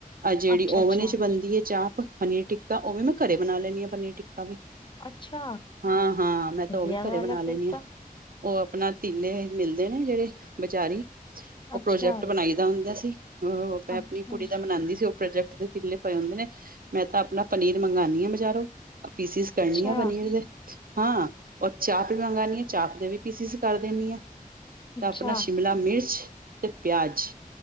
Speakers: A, on the right; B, on the left.
A: ਆਹ ਜਿਹੜੀ
B: ਅੱਛਾ
A: ਓਵਨ
B: ਅੱਛਾ
A: ਵਿੱਚ ਬਣਦੀ ਹੈ ਚਾਪ, ਪਨੀਰ ਟਿੱਕਾ, ਉਵੇ ਮੈਂ ਘਰੇ ਬਣਾ ਲੈਂਨੀ ਹਾਂ ਪਨੀਰ ਟਿੱਕਾ ਵੀ।
B: ਅੱਛਾ
A: ਹਾਂ ਹਾਂ, ਮੈਂ ਤਾਂ
B: ਵਧੀਆ
A: ਉਹ ਵੀ ਘਰੇ
B: ਗੱਲ
A: ਬਣਾ
B: ਹੈ
A: ਲੈਣੀ
B: ਫਿਰ
A: ਆ।
B: ਤਾਂ
A: ਉਹ ਆਪਣਾ ਤੀਲੇ ਮਿਲਦੇ ਨੇ, ਜਿਹੜੇ ਬਜਾਰੀ, ਉਹ
B: ਅੱਛਾ
A: ਪ੍ਰੋਜੈਕਟ ਬਣਾਈ ਦਾ ਹੁੰਦਾ ਏ ਸਿ, ਉਹ ਮੈ
B: ਅੱਛਾ
A: ਆਪਣੀ ਕੁੜੀ ਦਾ ਬਨਾਂਦੀ ਸੀ ਓ ਪ੍ਰੋਜੈਕਟ ਦੇ ਤੀਲੇ ਪਏ ਹੁੰਦੇ ਨੇ, ਮੈਂ ਤਾਂ ਆਪਣਾ ਪਨੀਰ ਮੰਗਉਣੀ ਹਾਂ ਬਜ਼ਾਰੋ ਪੀਸਿਸ ਕਰਨੀ
B: ਅੱਛਾ
A: ਆ ਪਨੀਰ ਦੇ ਹਾਂ, ੳਹ ਚਾਪ ਵੀ ਮੰਗਣੀ ਆ, ਚਾਪ ਦੇ ਵੀ ਪੀਸਿਸ ਕਰ ਦੇਨੀ ਆ, ਤਾਂ
B: ਅੱਛਾ
A: ਆਪਣਾ ਸ਼ਿਮਲਾ ਮਿਰਚ ਤੇ ਪਿਆਜ਼